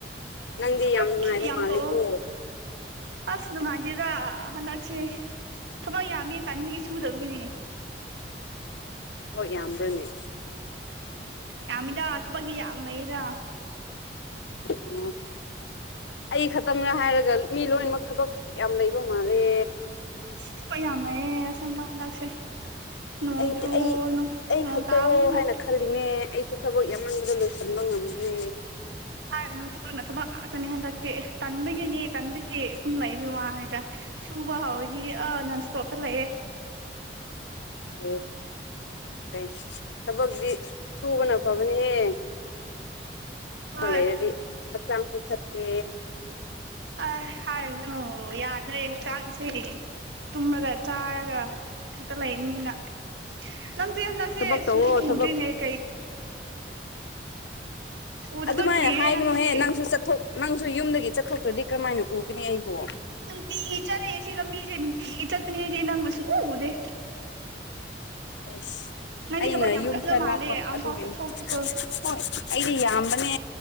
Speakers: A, on the left (about 80°); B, on the right (about 80°).
A: ꯅꯪꯗꯤ
B: ꯊꯕꯛ
A: ꯌꯥꯝ ꯅꯨꯡꯉꯥꯏꯕ
B: ꯌꯥꯝ
A: ꯃꯥꯜꯂꯦꯀꯣ
B: ꯇꯧꯑꯣ ꯑꯁ ꯅꯨꯡꯉꯥꯏꯇꯦꯗ ꯍꯟꯗꯛꯁꯦ ꯊꯕꯛ ꯌꯥꯝꯃꯦ ꯇꯟꯕꯒꯤ ꯁꯨꯗꯕꯒꯤꯅꯦ
A: ꯊꯕꯛ ꯌꯥꯝꯕ꯭ꯔꯅꯦ
B: ꯌꯥꯝꯃꯤꯗ ꯊꯕꯛꯇꯤ ꯌꯥꯝ ꯂꯩꯌꯦꯗ
A: ꯑꯣ ꯑꯩ ꯈꯛꯇꯪꯔ ꯍꯥꯏꯔꯒ ꯃꯤ ꯂꯣꯏꯅꯃꯛ ꯊꯕꯛ ꯌꯥꯝ ꯂꯩꯕ ꯃꯥꯜꯂꯦ
B: ꯊꯕꯛ ꯌꯥꯝ ꯂꯩꯌꯦ ꯑꯁ ꯁꯦꯡꯕ ꯍꯟꯗꯛꯁꯦ ꯅꯣꯡꯆꯨ
A: ꯑꯩꯗꯤ ꯑꯩ
B: ꯅꯣ
A: ꯑꯩ
B: ꯅꯣꯡ
A: ꯈꯛꯇꯔꯣ
B: ꯇꯥꯕꯅꯤꯅ
A: ꯍꯥꯏꯅ ꯈꯜꯂꯤꯅꯦ ꯑꯩꯁꯨ ꯊꯕꯛ ꯌꯥꯝꯃꯟꯕꯗ ꯂꯣꯏꯁꯟꯕ ꯉꯝꯗ꯭ꯔꯦ
B: ꯍꯥꯏꯔꯅꯨ ꯊꯕꯛꯅ ꯊꯕꯛ ꯉꯥꯛꯇꯅꯤ ꯍꯟꯗꯛꯇꯤ ꯇꯟꯕꯒꯤꯅꯤ ꯇꯟꯕꯒꯤ ꯁꯨꯝ ꯂꯩꯕ ꯋꯥꯅꯤꯗ ꯁꯨꯕ ꯍꯥꯎꯔꯗꯤ ꯑꯥ ꯅꯟ ꯏꯁꯇꯣꯞꯇ ꯂꯩꯌꯦ
A: ꯑꯦ ꯐꯩ ꯊꯕꯛꯗꯤ ꯁꯨꯕꯅ ꯐꯕꯅꯦꯍꯦ
B: ꯍꯣꯏ
A: ꯂꯩꯔꯗꯤ ꯍꯛꯆꯥꯡꯁꯨ ꯐꯠꯇꯦ
B: ꯑ ꯍꯥꯏꯔꯅꯨ ꯌꯥꯗ꯭ꯔꯦ ꯍꯛꯆꯥꯡꯁꯦ ꯇꯨꯝꯔꯒ ꯆꯥꯔꯒ ꯈꯛꯇ ꯂꯩꯔꯅꯤꯅ ꯅꯪꯗꯦ ꯍꯟꯗꯛꯁꯦ
A: ꯊꯕꯛ
B: ꯁꯨꯡꯎ
A: ꯇꯧꯋꯣ ꯊꯕꯛ
B: ꯎꯗ꯭ꯔꯦꯅꯦ ꯀꯩ ꯎꯗꯕ
A: ꯑꯗꯨꯃꯥꯏꯅ
B: ꯀꯨꯏꯔꯦ
A: ꯍꯥꯏꯒꯅꯨꯍꯦ
B: ꯅꯪꯁꯤ
A: ꯅꯪꯁꯨ ꯆꯠꯊꯣꯛ ꯅꯪꯁꯨ ꯌꯨꯝꯗꯒꯤ ꯆꯠꯊꯣꯛꯇ꯭ꯔꯗꯤ ꯀ꯭ꯔꯃꯥꯏꯅ ꯎꯒꯅꯤ ꯑꯩꯕꯣ
B: ꯇꯤꯒꯤ ꯆꯠꯂꯦ ꯁꯤ ꯂꯝꯕꯤꯖꯦ ꯅꯨꯡꯇꯤꯒꯤ ꯆꯠꯄꯅꯦ ꯑꯩꯗꯤ ꯅꯪꯕꯨ ꯁꯨꯡꯎ ꯎꯗꯦ
A: ꯑꯦꯁ
B: ꯅꯪꯗꯤ
A: ꯑꯩꯅ
B: ꯊꯕꯛ ꯌꯥꯝ
A: ꯌꯨꯝ
B: ꯀꯟꯕ
A: ꯈꯔ
B: ꯃꯥꯜꯂꯦ
A: ꯂꯥꯞꯄ
B: ꯑꯝꯐꯥꯎ
A: ꯑꯗꯨꯒꯤꯅꯦ
B: ꯆꯠꯊꯣꯛꯇꯦꯀꯣ
A: ꯍꯣꯏ ꯑꯩꯗꯤ ꯌꯥꯝꯕꯅꯦ